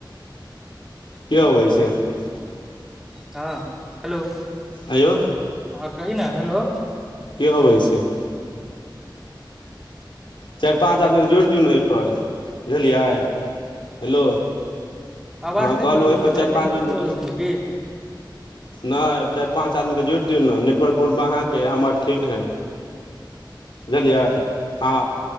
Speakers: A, on the left; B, in the centre.
A: के अबै छै <inaudible>
B: <inaudible> हँ हेलो
A: अयो
B: हँ कही ने हेलो
A: के अबैय छै चार पाँच आदमी जोड़ दियौ ने एहिपर बुझलियै हेलो
B: आवाज
A: हँ
B: नहि
A: कहलो
B: आबै
A: ओय
B: छौ
A: पर
B: तोहर
A: चार
B: नेटवर्क
A: पाँच <unintelligible>
B: <unintelligible>
A: नय चार पाँच आदमी के जोड़ दियौन ना नेटवर्क प्रॉब्लम अहाँके य हमर ठीक हइ बुझलियै हँ